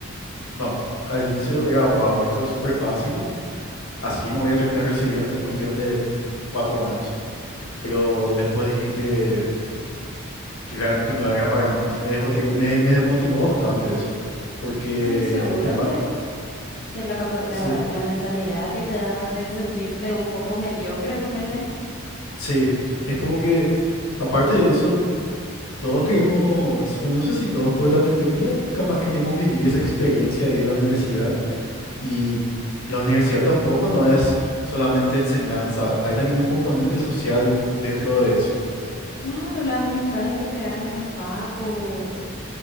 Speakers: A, on the left; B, on the left.
A: no, al inicio era wow, esto es súper fácil Así me voy a terminar recibiendo en cuestión de cuatro años. Pero después dije que, que realmente no era para mí. Me desmotivó, me, me desmotivó bastante eso. Porque,
B: No, y seguro
A: en ba-
B: te, te la, capa- la,
A: sí,
B: la mentalidad que te da de sentirte un poco mediocre, ponerle.
A: sí. Es como que, aparte de eso, todos queremos, bueno, no sé si todos, pero la mayoría capaz queremos vivir esa experiencia de ir a la universidad. Y la universidad tampoco no es solamente enseñanza. Hay también un componente social dentro de eso.
B: Claro, las amistades que creas en la facu,